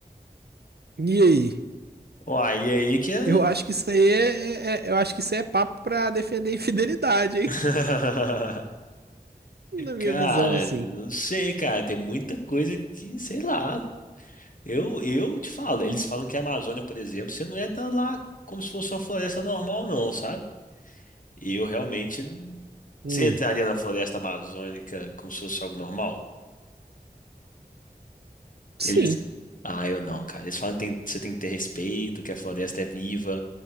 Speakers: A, on the right; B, on the left.
A: E aí?
B: Uai, e aí que é.
A: Eu acho que isso aí é, é- é- eu acho que isso aí é papo pra defender a infidelidade, hein?
B: <laughs>
A: Na minha
B: Cara,
A: visão, assim.
B: não sei, cara. Tem muita coisa que, sei lá. Eu, eu te falo, eles falam que a Amazônia, por exemplo, você não entra lá como se fosse uma floresta normal, não, sabe? E eu realmente. n-
A: Hum.
B: Você entraria na floresta amazônica como se fosse algo normal?
A: Sim.
B: Eles. Ah, eu não, cara. Eles falam que tem- você tem que ter respeito, que a floresta é viva.